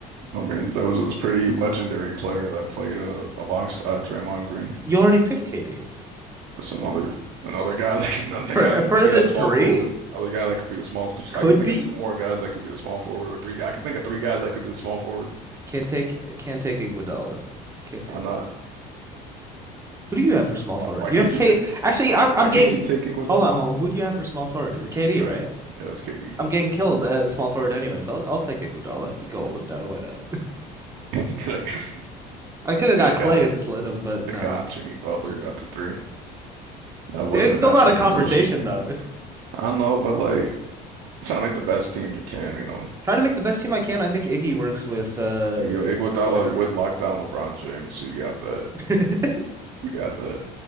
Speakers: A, on the right (about 70°); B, on the right (about 15°).
A: I mean that was a pretty legendary player that played uh, alongside Draymond Green.
B: You already picked Katie
A: That's another another guy that could, <laughs> another
B: for
A: guy that
B: for
A: could be
B: the
A: that
B: three.
A: small forward. Another guy that could be the small.
B: Could
A: I could think
B: be.
A: of two more guys that could be the small forward, or three. I could think of three guys that could be the small forward.
B: Can't take. Can't take Iguodala. Can't take
A: Why not?
B: it. Who do you have for small
A: Why,
B: forward?
A: why
B: You
A: can't
B: have Kate.
A: you take?
B: Actually,
A: Why,
B: I'm
A: why
B: I'm
A: can't
B: getting.
A: you take Iguodala?
B: Hold on, hold on. Who do you have for small forward? Is it KD,
A: Yeah,
B: right?
A: yeah, it's KD.
B: I'm getting killed uh, at small forward anyways. I'll I'll take Iguodala. He can hold him down. Why not?
A: Get a guy-
B: <laughs> I could have got
A: get a guy,
B: Clay and slid him,
A: <laughs>
B: but no.
A: the guy on <laughs> Jimmy Butler at the three. That was
B: It's
A: a
B: still
A: natural
B: not a
A: position.
B: conversation though. It's
A: I know, but like trying to make the best team you can, you know.
B: trying to make the best team I can. I think Iggy works with uh
A: But yo, Iguodala
B: Dwight Howard.
A: would lock down LeBron James, so you got that.
B: <laughs> All
A: You got that.